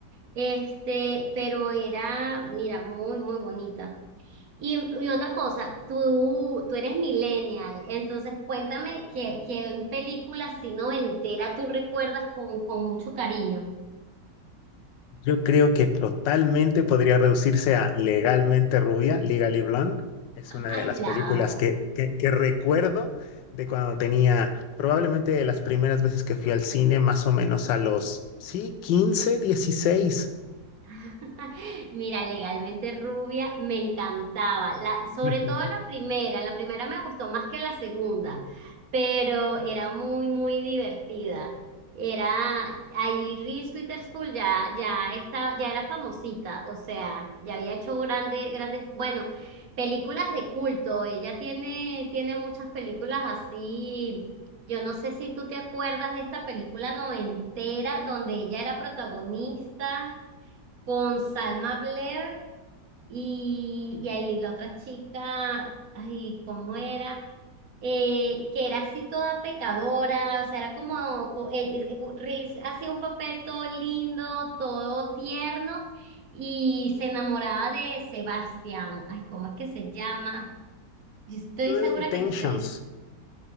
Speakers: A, on the right; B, on the left.
A: Este, pero era, mira, muy, muy bonita. Y, y otra cosa, tú, tú eres millennial, entonces cuéntame que, que en películas si noventera tú recuerdas con, con mucho cariño.
B: Yo creo que totalmente podría reducirse a Legalmente Rubia, Legally Blonde. Es una
A: Ay,
B: de las
A: la
B: películas
A: amo.
B: que, que, que recuerdo de cuando tenía, probablemente de las primeras veces que fui al cine, más o menos a los, sí, 15 16.
A: <laughs> Mira, legalmente rubia me encantaba, la, sobre
B: <laughs>
A: todo la primera, la primera me gustó más que la segunda, pero era muy, muy divertida. Era, ahí Reese Witherspoon ya, ya estaba, ya era famosita, o sea, ya había hecho grandes, grandes, bueno, películas de culto, ella tiene, tiene muchas películas así. Yo no sé si tú te acuerdas de esta película noventera donde ella era protagonista con Salma Blair y, y ahí la otra chica, ay, ¿cómo era? Eh, que era así toda pecadora, o sea, era como, co- eh, eh, Reese hacía un papel todo lindo, todo tierno, y se enamoraba de Sebastián, ay, ¿cómo es que se llama? Yo estoy
B: Real
A: segura
B: Intentions.
A: que tú te viste